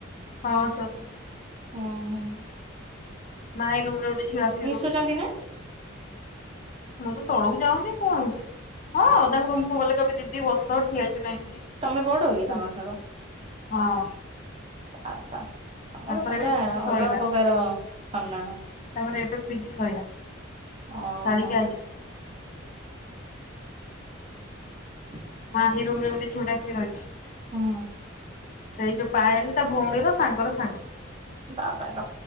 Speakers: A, on the left; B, on the right.
A: ହଁ ଅଛନ୍ତି।
B: ହୁଁ ହୁଁ,
A: ମା ଏ ରୁମ୍ ରେ ଗୋଟେ ଝିଅ ଆସିକି
B: ମିଶୁଛନ୍ତି
A: ରହୁଛି
B: ନା?
A: ମୁଁ ତ ତଳକୁ ଯାଉନି କଣ ଅଛି। ହଁ
B: ହୁଁ
A: ତାଙ୍କୁ ରୁମକୁ ଗଲେ କବି ଦିି କି ବସ ଠିଆହେଇଚ କାହିଁକି
B: ତମେ ବଡ କି
A: ସେମିତି।
B: ତାଙ୍କ ଠାରୁ?
A: ହଁ
B: ଆ ବାପା ତମର
A: ତାଙ୍କର
B: ରୁମ୍
A: ଏବେ
B: ଟା
A: ପିଜି
B: ଅଲଗା
A: ସଇଲା
B: ପ୍ରକାର ସମ୍ମାନ
A: ରେ ଏବେ ପିଜି ସଇଲା।
B: ଓହୋ।
A: ସାରିକି ଆଇଛନ୍ତି।
B: ହୁଁ।
A: ମାହି ରୁମ ରେ ଗୋଟେ ଝିଅଟେ ଆସିକି ରହିଛି।
B: ହଁ।
A: ସେଇ ଯୋଉ ପାଏଲ ତା ଭଉଣୀ ର ସାଙ୍ଗର ସାଙ୍ଗ।
B: ବାଵାଲୋ